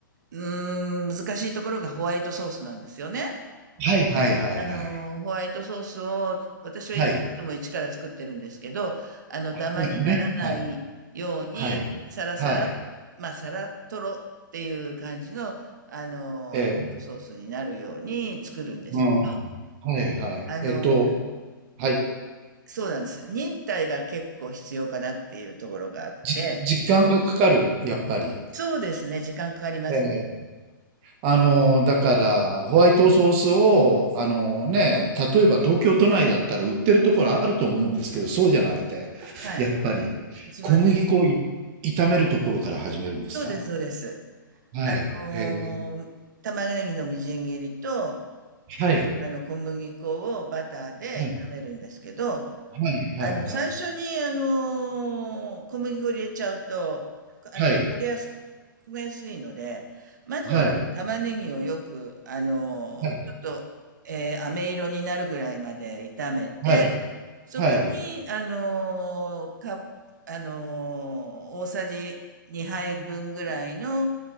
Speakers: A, on the right; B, on the right.
A: うーん、難しいところがホワイトソースなんですよね。
B: はいはいはいはい。
A: あの、ホワイトソースを、私はいつも一から作ってるんですけど、
B: はい。
A: あの、ダマにならないように、
B: <laughs> ね。はい。はい。
A: サラサラ、
B: はい。
A: まあ、サラトロっていう感じの、あの、
B: ええ。
A: ホワイトソースになるように作るんですけど、
B: うん。はいはい。
A: あの、
B: えっと、はい。
A: そうなんです。忍耐が結構必要かなっていうところがあって、
B: じ時間がかかる、やっぱり。
A: そうですね、時間かかりますね。
B: ええ。あの、だから、ホワイトソースを、あのね、例えば東京都内だったら売ってるところあると思うんですけど、そうじゃなくて、
A: はい。
B: やっぱり
A: 自分で、
B: 小麦粉をい炒めるところから始めるんですか
A: そうです、そうです。
B: はい。
A: あのー、
B: へえ。
A: 玉ねぎのみじん切りと、
B: はい。
A: あの、小麦粉をバターで炒めるんですけど、
B: はい。はい。はい。
A: あの、最初に、あの小麦粉入れちゃうと、あの、
B: はい。
A: 焦げやす、焦げやすいので、まずは玉ねぎをよく、
B: はい。
A: あのちょっと、
B: はい。
A: えー飴色になるぐらいまで炒めて、
B: はい。
A: そこに、
B: は
A: あのか、あの大さじ2杯分ぐらいの、